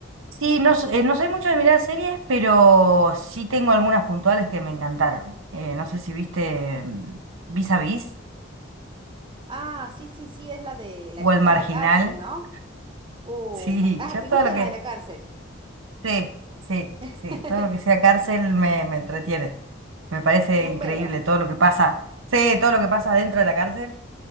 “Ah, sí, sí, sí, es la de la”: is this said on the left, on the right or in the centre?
Right